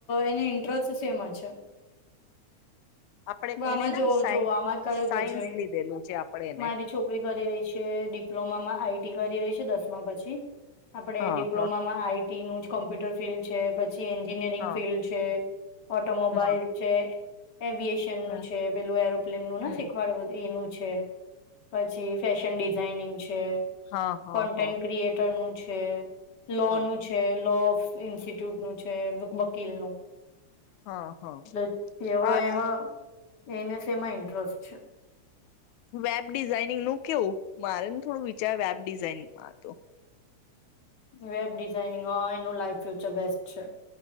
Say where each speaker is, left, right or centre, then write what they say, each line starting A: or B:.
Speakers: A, on the left (about 40°); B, on the left (about 85°).
A: એને ઇન્ટ્રસ્ટ સેમા છે?
B: આપણે
A: હ આમાં
B: એને ના
A: જોવ
B: સાય
A: જોવો આમાં કયું
B: સાયન્સ
A: ક્યુ છે
B: લીધેલું છે આપડે એને
A: મારી છોકરી કરી રહી છે ડિપ્લોમામાં આઈટી કરી રહી છે, દસમા પછી આપડે
B: હા
A: ડિપ્લોમામાં
B: હા
A: આઈ નું જ કોમ્પ્યુટર ફિલ્ડ છે પછી જે એન્જિનિયરિંગ
B: હા
A: ફિલ્ડ છે ઓટોમોબાઈલ
B: હમ
A: છે. એવી
B: હમ
A: છે પેલું એરોપ્લેન નું
B: હમ
A: શીખવાડ એનું છે પછી ફેશન ડિઝાઇનિંગ છે,
B: હા હા
A: કોન્ટેન્ટ
B: હા
A: ક્રિએટરનું છે લોનું
B: હા
A: છે, લો ઇન્સ્ટિટ્યુટનું છે, વકીલનું
B: હા હા
A: <unintelligible> <inaudible> એમાં
B: આ
A: એને સેમા ઇન્ટરેસ્ટ છે
B: વેબ ડિઝાઇનિંગનું કેવું મારે ને થોડું વિચાર વેબ ડિઝાઇનિંગમાં તો
A: વેબ ડિઝઇનિંગ હોય એનું લાઈફ ફ્યુચર બેસ્ટ છે